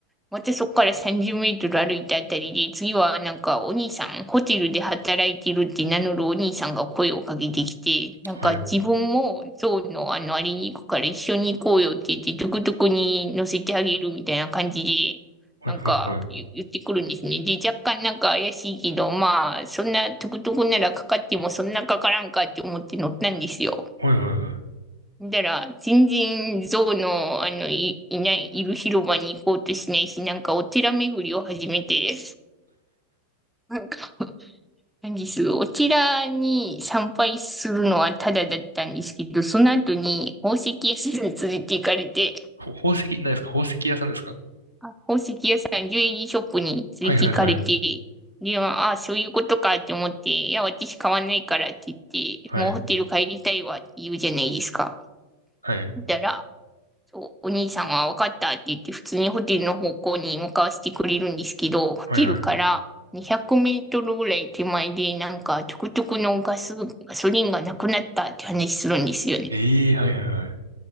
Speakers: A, in the centre; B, on the right.
A: 私そこから30メートル歩いたあたりで、次はなんかお兄さん、ホテルで働いてるって名乗るお兄さんが声をかけてきて、なんか自分もゾウのあのあれに行くから一緒に行こうよって言って、
B: はい
A: トゥクトゥクに乗せてあげるみたいな感じで、
B: はいはい。
A: なんか言言ってくるんですね。で、若干なんか怪しいけど、まあ、そんなトゥクトゥクならかかってもそんなかからんかって思って乗ったんですよ。
B: はいはいはい。
A: だから、全然象の、あの、い、いない、いる広場に行こうとしないし、なんかお寺巡りを始めて、なんか、何です、お寺に参拝するのはタダだったんですけど、その後に宝石屋さんに連れて行かれて、
B: ほ宝石、何ですか宝石屋さんですか
A: あ宝石屋さん、ジュエリーショップに連れて行かれて、
B: はいはいはい。
A: で、まああ、そういうことかって思って、いや、私買わないからって言って、
B: はい。
A: もうホテル帰りたいわって言うじゃないですか。
B: はい。
A: だから、そう、お兄さんは分かったって言って、普通にホテルの方向に向かわせてくれるんですけど、ホテルから200メートルぐらい手前で、
B: はいはい。
A: なんか、トゥクトゥクのガス、ガソリンがなくなったって話するんですよね。
B: ええーはいはいはい。